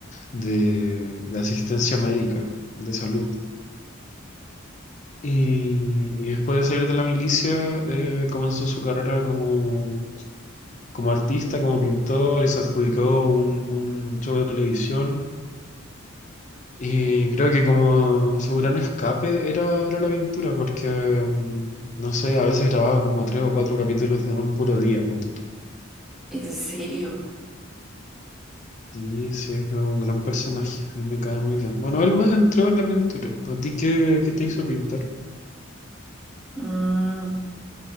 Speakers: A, on the left; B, in the centre.
A: de, de asistencia médica, de salud. Y, y después de salir de la milicia, eh, comenzó su carrera como, como artista, como pintor, y se adjudicó un, un show de televisión. Y creo que como su gran escape era, era la pintura, porque, mm, no sé, a veces grababa como tres o cuatro capítulos en un puro día, ponte tú.
B: ¿En serio?
A: Sí, sí, es un gran personaje, a mí me cae muy bien. Bueno, él más entró en la pintura. ¿A ti qué, qué te hizo pintar?
B: Mm,